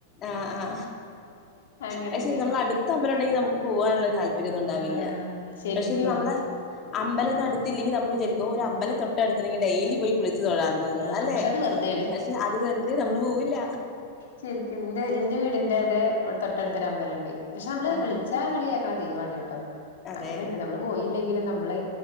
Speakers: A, on the left; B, on the left.
A: ആഹ ആ
B: അങ്ങനെയൊക്കെ
A: പക്ഷെ നമ്മള അടുത്ത അമ്പലം ഉണ്ടെങ്കിൽ നമുക്ക് പോവാനുള്ള താല്പര്യന്നും ഉണ്ടാവില്ല
B: ആഹ് ശരിക്കും
A: പക്ഷെ ഇന്ന് നമ്മളെ അമ്പലംലൊന്നും അടുത്തില്ലെങ്കിൽ നമ്മൾ വിചാരിക്കും ഒരു അമ്പലം തൊട്ട് എടുത്തിണ്ടെങ്കിൽ ഡെയിലി പോയി കുളിച്ചു തൊഴാറുന്നു ന്ന്
B: ആഹ്
A: അല്ലെ
B: പക്ഷെ അത് വെറുതെയാണ്
A: പക്ഷെ അത് വെറുതെ നമ്മള് പോവില്ല
B: ശരിക്കും ഇന്റെ ന്റെ വീടിന്റെ അതെ തൊട്ടടുത്തൊരു അമ്പലംണ്ട് പക്ഷെ നമ്മള്
A: ആഹ്
B: വിളിച്ചാ വിളി കേക്കണ ദൈവാണ് ട്ടോ
A: അതെ
B: അങ്ങനെയുണ്ട് നമ്മള് പോയില്ലെങ്കിലും നമ്മള്